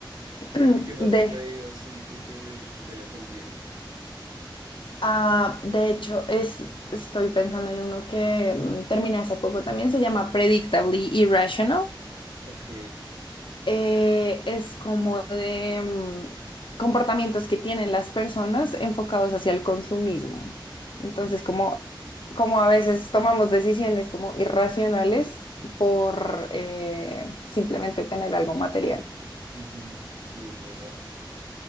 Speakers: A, on the left (about 75°); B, on the right (about 70°).
A: <clears throat> De,
B: ¿Y qué más has leído así que te, que te haya servido?
A: Ah, de hecho, es, estoy pensando en uno que mm, terminé hace poco también, se llama Predictably Irrational.
B: Ok,
A: Eh, es como de mm, comportamientos que tienen las personas enfocados hacia el consumismo. Entonces,
B: ok.
A: como, como a veces tomamos decisiones como irracionales por eh, simplemente tener algo material.
B: ujú, Sí, es verdad.